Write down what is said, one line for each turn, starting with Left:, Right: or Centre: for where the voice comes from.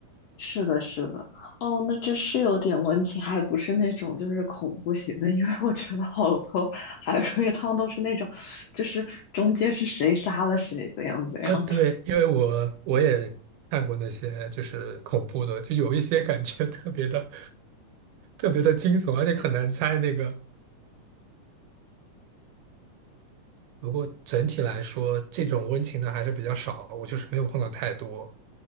Left: 是的，是的，哦，那这是有点问题，还不是那种就是恐怖型的，因为我觉得好多海龟汤都是那种，就是中间是谁杀了谁，怎样怎样的。
Right: 啊，对，因为我我也看过那些就是恐怖的，就有一些感觉特别的特别的惊悚，而且很难猜那个。不过整体来说，这种温情的还是比较少，我就是没有碰到太多。